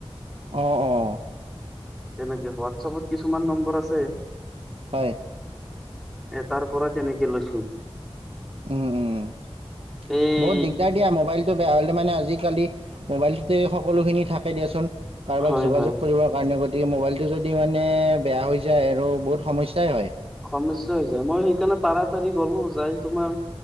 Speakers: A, on the right (about 65°); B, in the centre.
A: অ অ
B: তেনেকে হোৱাটছাপত কিছুমান নম্বৰ আছে
A: হয়,
B: এ তাৰ পৰা কেনেকে লৈছো।
A: উম উম'
B: এই
A: বহুত দিগদাত- এয়া মোবাইলটো বেয়া হলে মানে আজিকালি মোবাইলটোতে সকলো খিনি থাকে দিয়াচোন। কাৰোবাক
B: হয়
A: যোগাযোগ
B: হয়
A: কৰিবৰ কাৰণে গত- গতিকে মোবাইলটো যদি মানে বেয়া হৈ যায় আৰু বহুত সমস্যাই হয়।
B: সমস্যায় হৈ যায় মই সেইকাৰণে তাৰাতাৰি গলো যাই তোমাৰ-